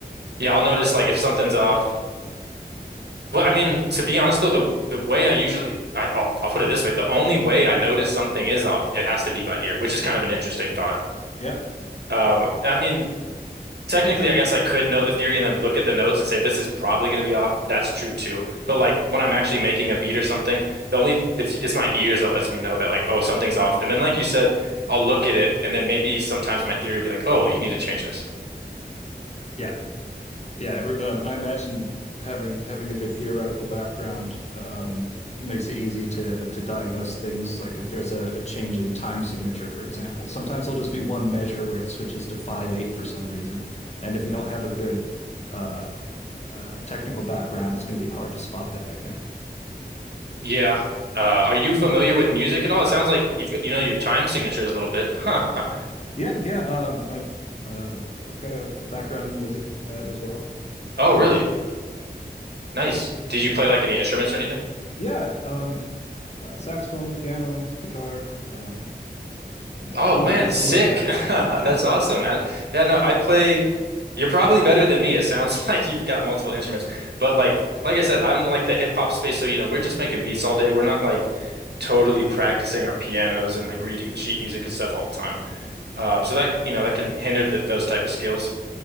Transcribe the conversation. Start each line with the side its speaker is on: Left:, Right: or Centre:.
Right: yeah, I'll notice like if something's off. Well, I mean, to be honest though, the the way I usually I, I'll I'll put it this way, the only way I notice something is off, it has to be by ear, which is kind of an interesting thought.
Left: Yeah.
Right: Um, I mean, technically, I guess I could know the theory and then look at the notes and say this is probably going to be off. That's true too. But like when I'm actually making a beat or something, the only it's it's my ears that lets me know that like oh something's off. And then like you said, I'll look at it and then maybe sometimes my theory will be like oh you need to change this.
Left: Yeah, yeah. Every, um, I imagine having having a good theoretical background um, makes it easy to to diagnose things like if there's a, a change in time signature, for example. Sometimes there'll just be one measure where it switches to five eight for some reason, and if you don't have a good uh, uh, technical background, it's going to be hard to spot that, I think.
Right: Yeah. Uh, are you familiar with music at all? It sounds like you've got you know your time signatures a little bit. <laughs> Huh.
Left: Yeah, yeah. Um, I've uh, I've got a, a background in music uh, as well. Uh,
Right: Oh,
Left: kind
Right: really?
Left: of a
Right: Nice. Did you play like any instruments or anything?
Left: yeah. Um, uh, saxophone, piano, guitar. Um, yeah,
Right: Oh
Left: a little
Right: man,
Left: of this,
Right: sick.
Left: a little of that.
Right: <laughs> That's
Left: Yeah.
Right: awesome,
Left: <laughs>
Right: man. Yeah, no, I play you're probably better than me. It sounds <laughs> like you've got multiple instruments. But like like I said, I'm like the hip hop space, so you know, we're just making beats all day. We're not like totally practicing our pianos and like reading sheet music and stuff all the time. Uh so that, you know, that can hinder the, those type of skills.